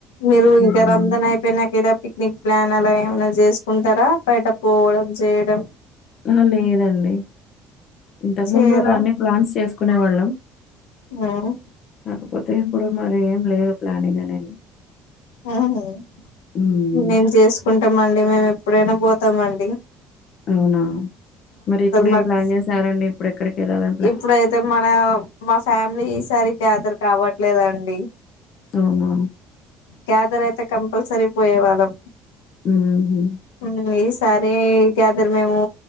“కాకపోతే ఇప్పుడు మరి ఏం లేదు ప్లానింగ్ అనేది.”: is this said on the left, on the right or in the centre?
Left